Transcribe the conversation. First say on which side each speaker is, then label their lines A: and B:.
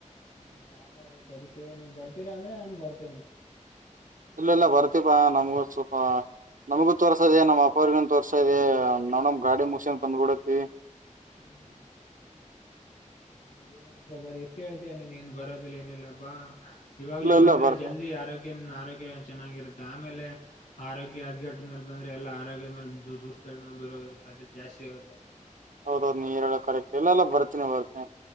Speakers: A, on the left; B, on the right.
A: ಹ್ಮ್ ಲಾಂಗ್ ಆಗುತ್ತೆ ಅದಕ್ಕೆ ನೀವು ಬರ್ತೀರಾ ಅಂದ್ರೆ ನಾನ್ ಬರ್ತೇನಿ.
B: ಇಲ್ಲ ಇಲ್ಲ ಬರ್ತಿಪಾ ನಮ್ಗೂ ಸ್ವಲ್ಪಾ. ನಮಗ ತೋರ್ಸಾದೆ, ನಮ್ಮ ಅಪ್ಪ ಅವರಗೊಂದ್ ತೋರ್ಸಾದೆ ನೋಡಮ್ ಗಾಡಿ ಮುಗಸಂದ್ ಬಂದ್ ಬಿಡತ್ತಿವಿ.
A: ಹ್ಮ್ ಹ್ಮ್ ಹ ಏನೇನಪ್ಪಾ ಬರೀ ಇಷ್ಟೇಳ್ತಿಯ ನೀನ್ ಏನ್ ಬರೋದಿಲ್ಲ ಏನಿಲ್ಲಾ ಬಾ. ಇವಾಗ್ಲೇ
B: ಇಲ್ಲ
A: ಬಂದ್ರೆ
B: ಇಲ್ಲ ಬರ್ತ
A: ಜಲ್ದಿ ಆರೋಗ್ಯ ನಿನ್ ಆರೋಗ್ಯ ಚೆನ್ನಾಗಿರುತ್ತೆ ಆಮೇಲೆ ಆರೋಗ್ಯ ಹದ್ಗೆಟ್ ಮೇಲ್ ಬಂದ್ರೆ ಎಲ್ಲ ಆರೋಗ್ಯದ ಮೇಲೆ ದು ದುಷ್ಪರಿಣಾಮ ಬೀರೋದು ಸಾಧ್ಯತೆ ಜಾಸ್ತಿ ಇರುತ್ತೆ.
B: ಹೌದೌದ್ ನೀ ಹೇಳದ ಕರೆಕ್ಟ್ ಇಲ್ಲಲ್ಲಾ ಬರ್ತಿನಿ ಬರ್ತಿನಿ